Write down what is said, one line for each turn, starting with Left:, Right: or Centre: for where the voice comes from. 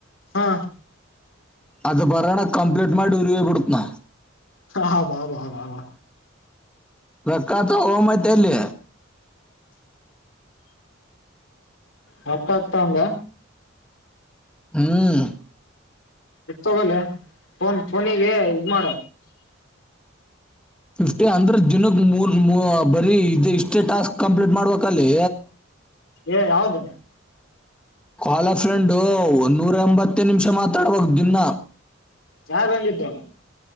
Left: ಹಾ
Centre: ಅದು ಪರಣ ಕಂಪ್ಲೀಟ್ ಮಾಡು ಉಪ ಕೊಡ್ತನ
Left: ಹಾ ಬಾಬಬಾಬಾ
Centre: ವಕ್ಕಾತ ಹಮತಲ್ಲಿ
Left: ಮಕ್ಕ ಆಗ್ತಂಗ
Centre: ಹ್ಮ್
Left: ಎತ್ೋಗಲ್ಲ ಫೋನ್ ಫೋನಿಗೆ ಇದ ಮಾಡ
Centre: ಫಿಫ್ಟಿ ಅಂದ್ರ ದಿನಕ್ ಮೂರ್ ಬರೀ ಇ ಇಷ್ಟೇ ಟಾಸ್ಕ್ ಕಂಪ್ಲೀಟ್ ಮಾಡ್ಬೇಕಲ್ಲಿ
Left: ಏ ಯಾವ್ದ
Centre: ಕಾಲ ಫ್ರೆಂಡು ಒನ್ನೂರ ಎಂಬತ್ತ ನಿಮಿಷ ಮಾತಾಡುವಾಗ ದಿನ್ನ
Left: ಚಾರ್ ಬಂದಿದ್ದರು